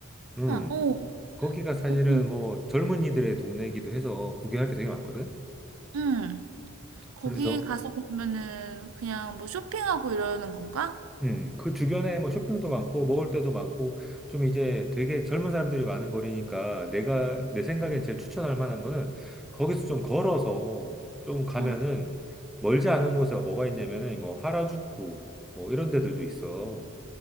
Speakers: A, in the centre; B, on the right.
A: 음
B: 어,
A: 거기가 사실은
B: 거기,
A: 뭐 젊은이들의 동네이기도 해서 구경할 게 되게 많거든
B: 응, 거기
A: 그래서
B: 가서 그러면은 그냥 뭐 쇼핑하고 이러는 건가?
A: 음, 그 주변에 뭐 쇼핑도 많고 먹을 데도 많고 좀 이제 되게 젊은 사람들이 많은 거리니까 내가 내 생각에 제일 추천할 만한 거는 거기서 좀 걸어서 좀 가면은
B: 어,
A: 멀지 않은 곳에 뭐가 있냐면은 뭐 하라주쿠 뭐 이런 데들도 있어.